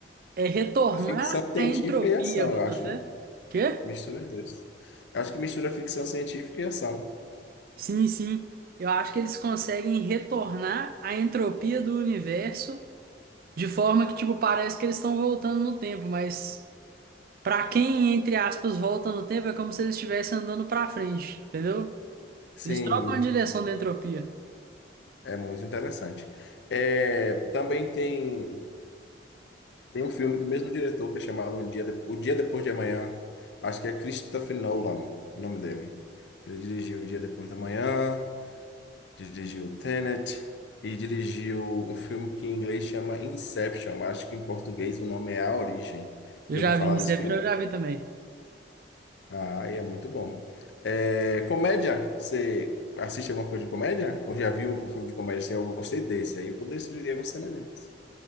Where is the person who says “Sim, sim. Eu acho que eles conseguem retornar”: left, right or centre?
Right